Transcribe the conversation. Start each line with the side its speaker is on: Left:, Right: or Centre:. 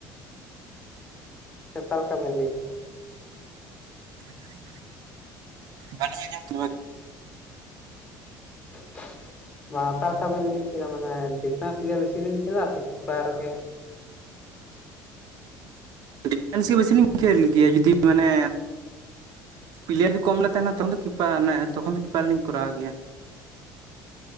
Left: <unintelligible> ᱞᱮᱠᱟ ᱵᱮᱱ ᱞᱟᱹᱭ ᱠᱮᱫᱟ?
Right: <unintelligible> ᱵᱟᱞᱤᱧ ᱟᱸᱡᱚᱢ <inaudible>
Left: <unintelligible> ᱵᱟᱸ ᱚᱠᱟ ᱞᱮᱠᱟ ᱵᱤᱱ ᱞᱟᱹᱭ ᱠᱮᱫᱟ ᱾ ᱢᱟᱱᱮ, ᱰᱤ-ᱯᱷᱮᱸᱥ ᱜᱮ, ᱵᱮᱥᱤ ᱵᱤᱱ, ᱠᱷᱮᱞᱟ ᱥᱮ ᱠᱤᱯᱟᱨ ᱜᱮ?
Right: ᱰᱤ-ᱯᱷᱮᱱᱥ ᱜᱮ, ᱵᱮᱥ ᱞᱤᱧ ᱠᱷᱮᱞ ᱜᱮᱭᱟ, ᱡᱩᱫᱤ? ᱢᱟᱱᱮ ᱯᱮᱞᱮᱟᱨ ᱡᱩᱫᱤ, ᱠᱚᱢ ᱞᱮ ᱛᱟᱦᱮᱱᱟ, ᱛᱠᱷᱚᱱ ᱫᱚ, ᱠᱤᱯᱟᱨ, ᱛᱚᱠᱷᱚᱱ ᱠᱤᱯᱟᱨ ᱨᱮᱞᱤᱧ ᱠᱚᱨᱟᱣ ᱜᱮᱭᱟ ᱾